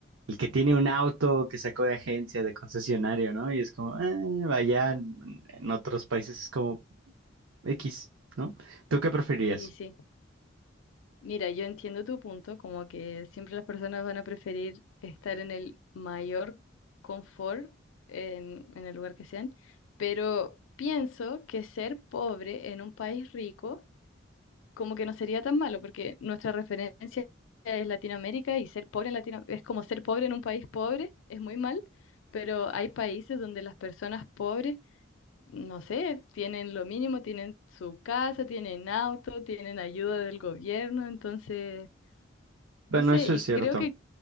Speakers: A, on the right (about 80°); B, on the left (about 75°).
A: el que tiene un auto que sacó de agencia, de concesionario, ¿no? Y es como, eh, vaya, en en otros países es como X, ¿no? ¿Tú qué preferirías?
B: Y sí, mira, yo entiendo tu punto, como que siempre las personas van a preferir estar en el mayor confort en, en el lugar que sean, pero pienso que ser pobre en un país rico como que no sería tan malo, porque nuestra referencia es Latinoamérica y ser pobre en Latinoamérica es como ser pobre en un país pobre, es muy mal, pero hay países donde las personas pobres no sé, tienen lo mínimo, tienen su casa, tienen auto, tienen ayuda del gobierno, entonces, no
A: Bueno,
B: sé,
A: eso
B: y
A: es cierto.
B: creo que